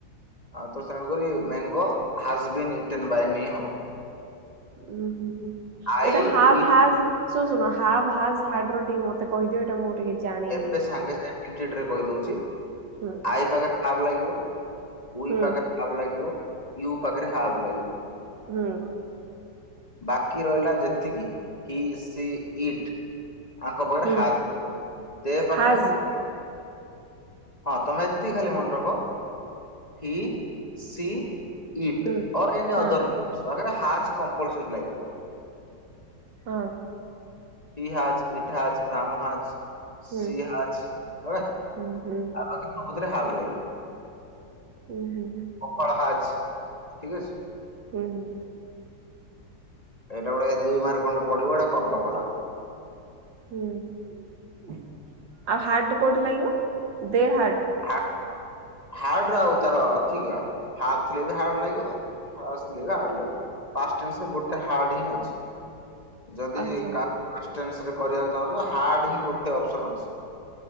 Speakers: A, on the left; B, on the right.
A: ଆ ତ ତେଣୁକରି mango has be eaten by me ହବ।
B: ଉ ହୁଁ ହୁଁ
A: ଆଇ
B: ଏଇଟା ହାଭ୍
A: ଉଇ
B: ହାଜ୍‌ ଶୁ ଶୁନ ହାଭ୍ ହାଜ୍‌ ହାଡ୍‌ ର ଟିକେ ମତେ କହିଦେ ଏଟା ମୁଁ ଟିକେ ଜାଣିନି
A: ଏବେ ସାଙ୍ଗେ ସାଙ୍ଗେ <unintelligible> କହିଦଉଚି।
B: ହୁଁ।
A: ଆଇ ପାଖରେ ହାବ୍‌ ଲାଗିବ ଉଇ
B: ହୁଁ
A: ପାଖରେ ହାବ୍ ଲାଗିବ ୟୁ ପାଖରେ ହାବ୍‌ ଲାଗିବ।
B: ହୁଁ।
A: ବାକି ରହିଲା ଯେତିକି ହି, ସି, ଇଟ୍ ଆଙ୍କ ପାଖରେ
B: ହୁଁ
A: ହା ଦେହ ପାଖରେ
B: ହାଜ୍
A: ହା ହଁ ତମେ ଏତିକି ଖାଲି ମନେ ରଖ ହି, ସି <unintelligible>
B: ହୁଁ ହଁ ହଁ।
A: He has, eat has, Ram has <unintelligible>
B: ହୁଁ ହୁଁ ହୁଁ
A: <unintelligible>
B: ହୁଁ ହୁଁ ହୁଁ ହୁଁ।
A: ଏଇଟା ଗୋଟେ ଦୁଇ ମାର୍କ ଖଣ୍ଡେ ପଡିବ ଏଇଟା କରିଦବ ହେଲା।
B: ହୁଁ ଆଉ ହାର୍ଡ କୋଉଠି ଲାଗିବ ଦେ ହାର୍ଡ?
A: ହା ହାର୍ଡ ରେ ଆଉ ତାର ଅଛି ହାବ୍ ଥିଲେ ବି ହାର୍ଡ ଲାଗିବ ହାସ ଥିଲେ ବି ହାର୍ଡ ଲାଗିବ। ପାସ୍ ଟେନ୍ସ ରେ ଗୋଟେ ହାର୍ଡ ହିଁ ଅଛି। ଯଦି
B: ଆଚ୍ଛା ଆଚ୍ଛା।
A: କା ଫାଷ୍ଟ୍ ସେନ୍ସ୍ ରେ କରିବାକୁ ଚାହୁଁଛ ହାର୍ଡ ହିଁ ଗୋଟେ ଅପସନ ଅଛି।